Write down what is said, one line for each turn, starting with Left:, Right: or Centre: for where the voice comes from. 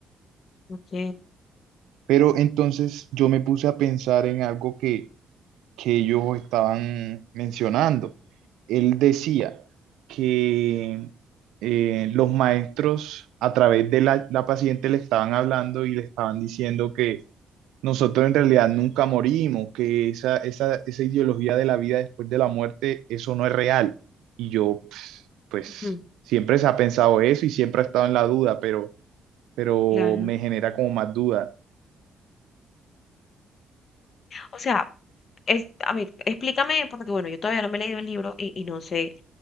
Left: Ok,
Right: Pero entonces yo me puse a pensar en algo que, que ellos estaban mencionando. Él decía que eh, los maestros a través de la, la paciente le estaban hablando y le estaban diciendo que nosotros en realidad nunca morimos, que esa, esa, esa ideología de la vida después de la muerte, eso no es real. Y yo, pues, pues,
Left: ujú,
Right: siempre se ha pensado eso y siempre ha estado en la duda, pero, pero
Left: claro.
Right: me genera como más duda.
Left: O sea, es, a ver, explícame, porque bueno, yo todavía no me he leído el libro y, y no sé